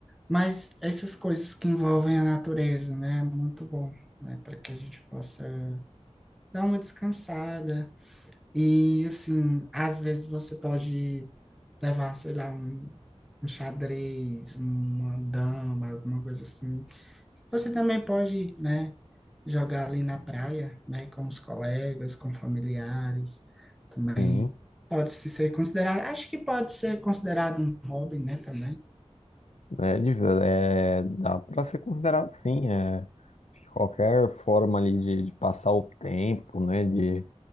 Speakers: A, in the centre; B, on the left (about 80°).
A: mas essas coisas que envolvem a natureza, né, é muito bom, né, para que a gente possa dar uma descansada e assim, às vezes você pode levar, sei lá, um, um xadrez, uma dama, alguma coisa assim. Você também pode, né, jogar ali na praia, né, com os colegas, com familiares, também
B: Sim,
A: pode se ser considerado, acho que pode ser considerado um hobby, né, também.
B: é, de- é, dá para ser considerado sim. É, acho que qualquer forma ali de, de passar o tempo, né? De